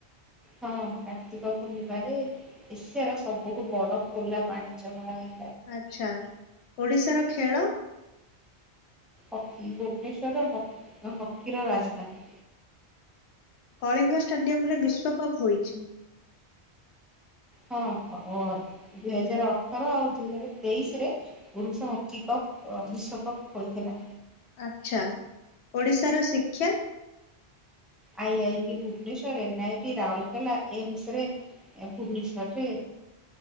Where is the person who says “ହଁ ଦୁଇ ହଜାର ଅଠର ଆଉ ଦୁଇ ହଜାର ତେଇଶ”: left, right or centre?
Centre